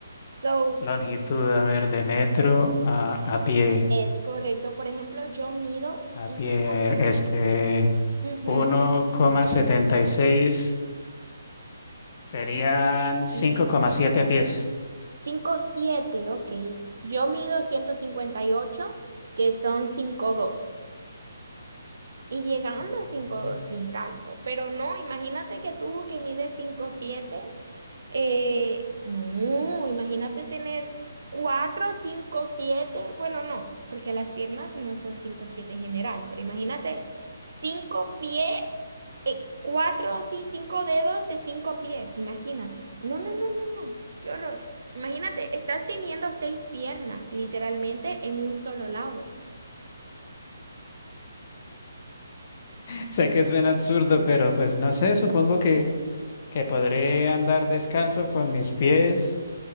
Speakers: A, on the right; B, on the left.
A: So,
B: longitud, a ver, de metro a, a pie,
A: es correcto. Por ejemplo, yo mido 5'2.
B: a pie, este,
A: Ujú,
B: 1,76 serían
A: sí.
B: 5,7 pies.
A: cinco siete. ok. Yo mido 158 que son cinco dos. Y llegando
B: <laughs>
A: a cinco dos ni tanto. Pero no, imagínate que tú que mides cinco siete eh, no, imagínate tener cuatro cinco siete bueno, no, porque las piernas no son cinco siete en general, pero imagínate 5 pies, eh 4 así, 5 dedos de 5 pies, imagínate. No, no, no, no, no, qué horror. Imagínate, estás teniendo seis piernas literalmente en un solo lado.
B: Sé que suena absurdo, pero pues no sé, supongo que, que podré andar descalzo con mis pies